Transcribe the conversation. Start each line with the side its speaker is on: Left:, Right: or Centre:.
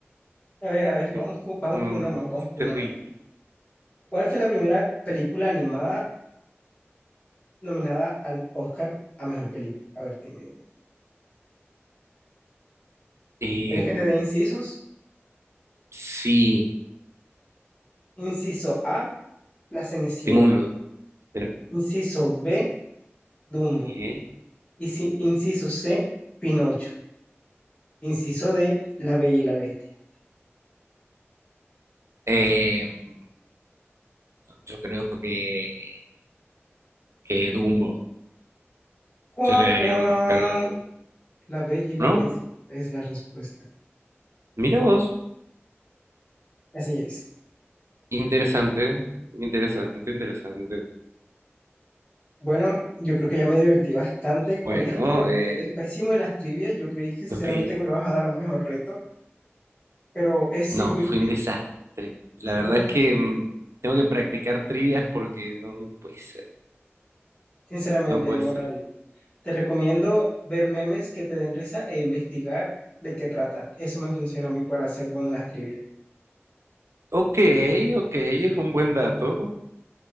Left: A ver, a ver, vamos,
Right: Qué-
Left: po- vamos
Right: No,
Left: por
Right: no,
Left: una más, vamos
Right: qué
Left: por
Right: terrible.
Left: una más. ¿Cuál fue la primera película animada nominada al Oscar a mejor película? A ver, dime, dime.
Right: Em,
Left: ¿Quieres que te dé incisos?
Right: sí,
Left: Inciso A, La Cenicienta.
Right: tengo un pero
Left: Inciso B, Dumbo.
Right: ¿eh?
Left: Y si, inciso C, Pinocho. Inciso D, La Bella y la Bestia.
Right: Em, yo creo que, que Dumbo.
Left: Cuá,
Right: Yo le daría
Left: cuá.
Right: un Oscar a Dumbo.
Left: La Bella y la
Right: ¿No?
Left: Bestia es la respuesta.
Right: Mira vos.
Left: Así es.
Right: Interesante, interesante, interesante.
Left: Bueno, yo creo que ya me divertí bastante con
Right: Bueno,
Left: esto.
Right: eh,
Left: Eres pésimo en las trivias. Yo creí que sinceramente
Right: ok.
Left: que me vas a dar un mejor reto, pero es
Right: No,
Left: sigo invicto.
Right: fue un desastre. La
Left: Sigo
Right: verdad
Left: invicto.
Right: es que mm, tengo que practicar trivias porque no, no puede ser.
Left: Sinceramente,
Right: No puede
Left: moral.
Right: ser.
Left: Te recomiendo ver memes que te den risa e investigar de qué tratan. Eso me funciona a mí para ser bueno en las trivias.
Right: Ok, ok, es un buen dato.